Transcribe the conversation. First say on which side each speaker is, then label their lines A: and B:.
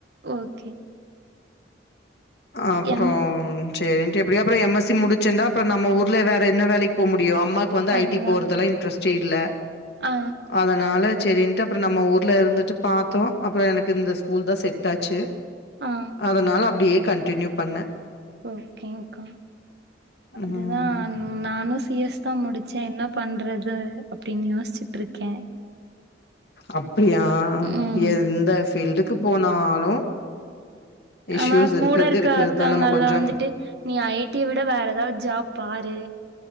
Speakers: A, on the right (about 65°); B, on the left (about 65°).
A: ஓகே
B: அப்பறோ
A: எம்
B: சேரின்ட்டு எப்படியோ அப்றோ எம் எஸ் சி முடிச்சேண்டா அப்புற நம்ம ஊர்ல வேற என்ன வேலைக்கு டியோ அம்மாக்குவந்து
A: அதுதான்
B: ஐ டி போறதுல இன்ட்ரஸ்ட் செய்ல
A: ஆ
B: அதனால சரின்னுட்டு அப்பறோ நம்ம ஊர்ல இருந்துட்டு பாத்தோ அப்புறோ எனக்கு இந்த ஸ்கூல் தா செட் ஆச்சு
A: ஆ
B: அதனால அப்டியே கன்டின்யூ பண்ணே
A: ஓகேங்கா அதுதா
B: ம்.
A: நானுஸ் சி எஸ் தா முடிச்சே என்ன பண்றது அப்டின் யோசிச்சுட்டு இருக்கே
B: அப் படியா
A: ம்
B: எந்தஃப் ஃபீல்டுக்கு போனாலு இஷ்யூஸ்
A: ஆனா
B: இருக்கிறது
A: கூட இருக்க
B: இருக்கிறதுதா
A: அக்காங்கல்லாம்
B: நம்ம கொஞ்சோ
A: வந்துட்டு நீ ஐ டி விட வேற ஏதாவது ஜாப் பாரு